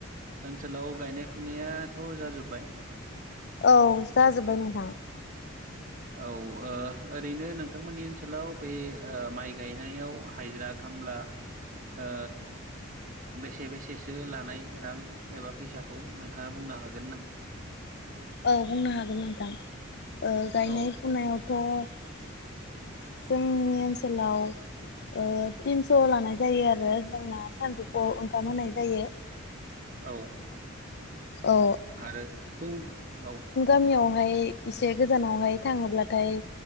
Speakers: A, on the right; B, on the left.
A: ओनसोलाव गायनाय फुनायाथ' जाजोबबाय
B: औ जाजोब्बाय नोंथां
A: औ ओ ओरैनो नोंथांमोननि ओनसोलाव बे माइ गायनायाव हाजिरा खामला ओ बेसे बेसेसो लानाय रां एबा फैसाखौ नोंथाङा बुंनो हागोन नामा
B: औ बुंनो हागोन नोंथां गायनाय
A: औ
B: फुनायावथ' जोंनि ओनसोलाव ओ तिनस' लानाय जायो आरो जोंना सानजौफुआव ओंखाम होनाय जायो।
A: औ
B: औ
A: आरो फुं औ
B: जोंनियावहाय एसे गोजानावहाय थाङोब्लाथाय